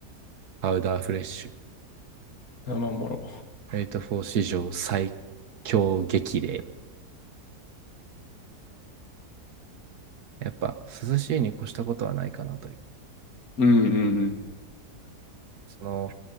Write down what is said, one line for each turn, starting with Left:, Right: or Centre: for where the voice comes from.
Right: パウダーフレッシュ。
Left: 生もろ。
Right: グレイト4史上最強激励。やっぱ涼しいに越したことはないかなという。
Left: うんうん
Right: その